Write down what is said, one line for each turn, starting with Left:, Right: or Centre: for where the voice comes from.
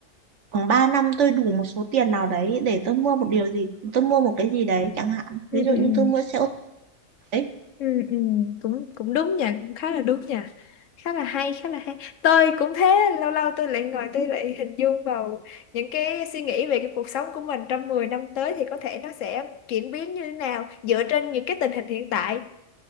Right: khoảng 3 năm tôi đủ một số tiền nào đấy để tôi mua một điều gì, tôi mua một cái gì đấy chẳng hạn.
Left: ừ,
Right: Ví dụ
Left: ừ. ừ.
Right: như tôi mua xe ô tô đấy,
Left: Ừ, ừ, cũng cũng đúng nha cũng khá là đúng nha khá là hay khá là hay tôi cũng thế lâu lâu tôi lại ngồi tôi lại hình dung vào những cái suy nghĩ về cái cuộc sống của mình trong 10 năm tới thì có thể nó sẽ chuyển biến như thế nào dựa trên những cái tình hình hiện tại